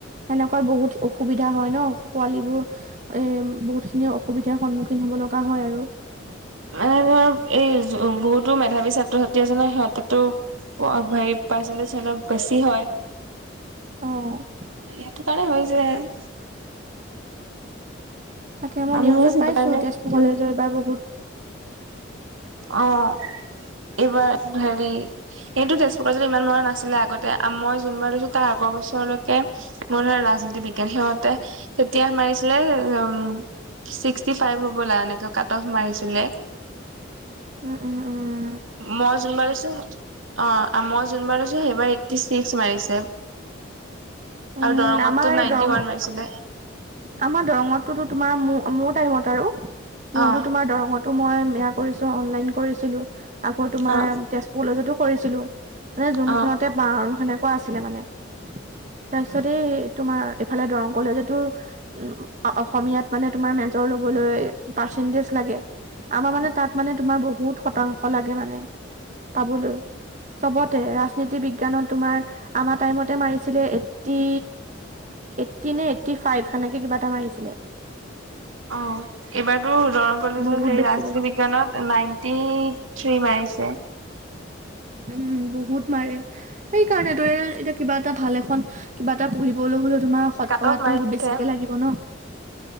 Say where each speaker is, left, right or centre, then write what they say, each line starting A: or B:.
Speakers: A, on the right; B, on the right.
A: সেনেকুৱা বহুত অসুবিধা হয় ন' পোৱালীবোৰ এ' বহুতখিনি অসুবিধাৰ সন্মুখীন হ'ব লগা হয় আৰু।
B: মানে ধৰ এই বহুতো মেধাৱী ছাত্ৰ-ছাত্ৰী আছে সিহঁতে তো - হেৰি পাৰ্চেণ্টিছ সিহঁতৰ অলপ বেছি হয়।
A: অঁ।
B: সেইটো কাৰণে হৈ যায়।
A: তাকে, মই
B: আমিও
A: নিউজত
B: সেইটো
A: পাইছো
B: কাৰণে
A: তেজপুৰ
B: কি
A: কলেজৰ এইবাৰ বহুত -
B: অঁ', এইবাৰ হেৰি - এইটো তেজপুৰত ইমান মৰা নাছিলে আগতে, মই যোনবাৰ লৈছোঁ তাৰ আগৰ বছৰলৈকে - মোৰ ধৰ ৰাজনীতি বিজ্ঞান সিহঁতে তেতিয়া মাৰিছিলে উমঁ- ছিক্সটি ফাইভ হ'বলা এনেকে কাটব অফ মাৰিছিলে।
A: উম-উম-উম।
B: মই যোনবাৰ লৈছো অঁ', মই যোনবাৰ লৈছো সেইবাৰ একটিক্স মাৰিছে।
A: উম
B: আৰু দৰঙতো
A: আমাৰ
B: নাইনটি
A: এই দৰং
B: ওৱান মাৰিছিলে।
A: আমাৰ দৰঙতো তো তোমাৰ ম-মোৰ টাইমত আৰু, মইতো
B: অ
A: তোমাৰ দৰঙত মই সেয়া কৰিছো অনলাইন কৰিছিলো, আকৌ তোমাৰ
B: অ
A: তেজপুৰ কলেজতো কৰিছিলো। মানে যোনখনতে
B: অ
A: পাওঁ আৰু সেনেকুৱা আছিলে মানে। তাৰপিছতে এই তোমাৰ এইফালে দৰং কলেজতো উমঁ' অসমীয়াত মানে তোমাৰ মেজ- ৰ লবলৈ পাৰ্চেন্টিছ লাগে। আমাৰ মানে তোমাৰ তা'ত বহুত শতাংশ - লাগে মানে- পাবলৈ। চবতে ৰাজনীতি বিজ্ঞানত তোমাৰ আমাৰ টাইমতে মাৰিছিলে - এইটটি, এইটটিন নে এইট্টি ফাইভ সেনেকে কিবা এটা মাৰিছিলে।
B: অঁ', এইবাৰতো দৰং কলেজৰ
A: বহুত
B: সেই
A: বেছি
B: ৰাজনীতি
A: লাগে।
B: বিজ্ঞানত নাই। টি, থ্ৰী মাৰিছে।
A: উম বহুত মাৰে সেইকাৰণ ত এতিয়া কিবা এটা ভাল, এখন কিবা এটা পঢ়িবলৈ হলেও তোমাৰ সৎকৰাতো
B: কাট অফ মাৰিছে
A: বেছিকে লাগিব ন।